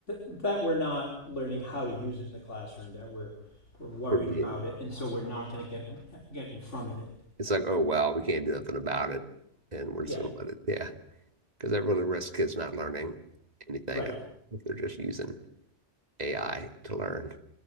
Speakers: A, on the left (about 85°); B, on the right (about 35°).
A: that, we're not learning how to use it in the classroom. That we're we're worried
B: we're being
A: about it, and so we're not going to get get in front of it.
B: it's like oh well we can't do nothing about it and we're
A: Yeah,
B: just gonna let it yeah because that really risks kids not learning anything
A: right.
B: at all if they're just using AI to learn